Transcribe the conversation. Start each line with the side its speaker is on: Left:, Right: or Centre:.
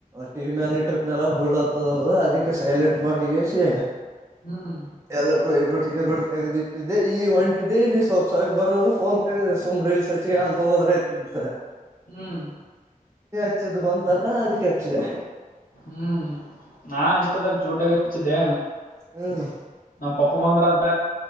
Right: ಟವ ಮ ಆಿ ಟ್ರಿಪ್ನೆ ಎಲ್ಲ ಬುಳ್ಳತದ ಅದಕ್ಕೆ ಸೈಲೆಂಟ್ ಮಾಡಿಗಸಿ
Left: ಹ್ಮ್
Right: ಎಲ್ಲ ತು ಪ್ರ ತೆಗ್ದಿಟ್ಟಿದ್ದೆ ಈ ಒಂಟ ದ ಇಲಿ ಸೊಪ್ಸಾಗಿಿ ಬರೋದು ಫೋನ್ ತೆಗದ ಸುಮ್ಮ್ ರೀಲ್ಸ್ ಹೆಚ್ಚ ಅಂತ ಹೋದ್ರೈತಂತೆ
Left: ಹ್ಮ್
Right: ಹಚ್ಚಿದ ಬಂತಲ್ಲ ಅದಕ್ಕೆೇಳ್ತಿದೆ
Left: ಹ್ಮ್ ನಾನ್ ಇಷ್ಟದಾಗ ಚೋಟಾಗ ಹಚ್ಚಿದ್ದೆ
Right: ಹ್ಮ್
Left: ನಮ ಪಪ್ಪ ಬಂದ್ರಂತ